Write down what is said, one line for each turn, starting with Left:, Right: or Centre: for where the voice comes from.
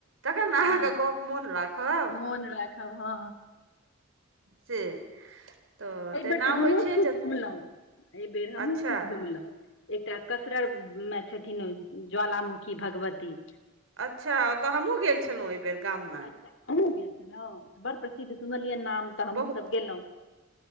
Right: तखन ने अहाँके
Left: हँ
Right: गप मोन राखब,
Left: मोन राखब हँ
Right: से तऽ
Left: एहि
Right: तेना
Left: बेेर तऽ हमहूँ
Right: होइ छै
Left: खूब
Right: जे
Left: घुमलहुँ, एहि बेेर हमहूँ
Right: अच्छा
Left: खूब घुमलहुँ। एकटा कसररमे छथिन ज्वालामुखी भगवती
Right: अच्छा ओतऽ हमहुँ गेल छलहुँ एहि बेर गाममे
Left: ऐं, अहूँ गेल छलहुँ बड़ प्रसिद्ध सुनलियै नाम तऽ
Right: बहुत,
Left: हमहूँ सब गेलहुँ